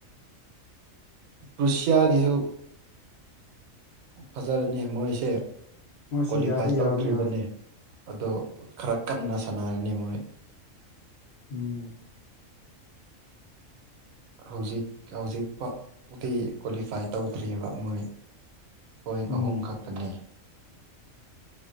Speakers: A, on the right; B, on the left.
A: ꯔꯨꯁꯁꯤꯌꯥꯒꯤꯁꯨ ꯐꯖꯔꯅꯤ ꯃꯣꯏꯁꯦ
B: ꯃꯣꯏꯁꯤ
A: ꯀ꯭ꯋꯥꯂꯤꯐꯥꯏ
B: ꯌꯥꯗꯤ
A: ꯇꯧꯗ꯭ꯔꯤꯕꯅꯦ
B: ꯌꯥꯕꯅꯤ ꯍꯣꯏ
A: ꯑꯗꯣ ꯈꯔ ꯀꯟꯅ ꯁꯥꯟꯅꯔꯅꯤ ꯃꯣꯏ
B: ꯎꯝ
A: ꯍꯧꯖꯤꯛ ꯍꯧꯖꯤꯛꯄꯥ ꯎꯗꯤ ꯀ꯭ꯋꯥꯂꯤꯐꯥꯏ ꯇꯧꯗ꯭ꯔꯤꯕ ꯃꯣꯏ ꯄꯣꯏꯟ
B: ꯎꯝ
A: ꯑꯍꯨꯝ ꯈꯛꯇꯅꯤ